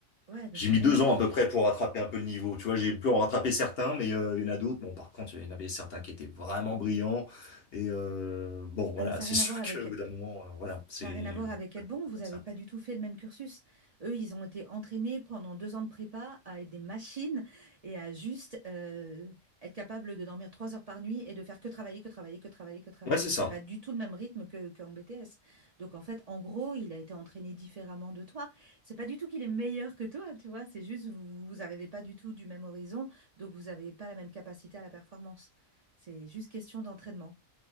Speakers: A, on the right; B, on the left.
A: ouais, mais
B: j'ai
A: ça
B: mis
A: n'a rien
B: deux
A: à voir.
B: ans à peu près pour rattraper un peu le niveau. Tu vois, j'ai pu en rattraper certains, mais euh, il y en a d'autres. Bon, par contre, il y en avait certains qui étaient vraiment brillants. Et euh, bon, voilà,
A: Ah, mais ça
B: <laughs> c'est
A: n'a rien
B: sûr
A: à voir avec.
B: qu'au bout d'un moment, euh, voilà, c'est
A: Ça n'a rien à voir
B: euh,
A: avec être bon, vous
B: comme
A: n'avez
B: ça.
A: pas du tout fait le même cursus. Eux, ils ont été entraînés pendant deux ans de prépa à être des machines et à juste euh, être capable de dormir trois heures par nuit et de faire que travailler, que travailler, que travailler, que travailler.
B: Ouais, c'est
A: C'est
B: ça.
A: pas du tout le même rythme que, qu'en BTS. Donc en fait, en gros, il a été entraîné différemment de toi. C'est pas du tout qu'il est meilleur que toi, tu vois. C'est juste vous, vous arrivez pas du tout du même horizon, donc vous n'avez pas la même capacité à la performance. C'est juste question d'entraînement.